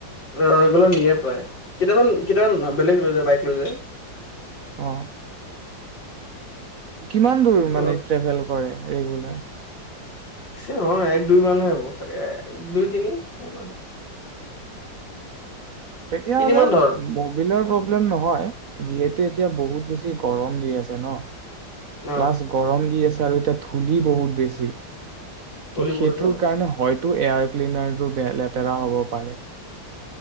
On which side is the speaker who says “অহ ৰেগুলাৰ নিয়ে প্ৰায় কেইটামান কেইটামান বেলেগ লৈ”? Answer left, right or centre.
Left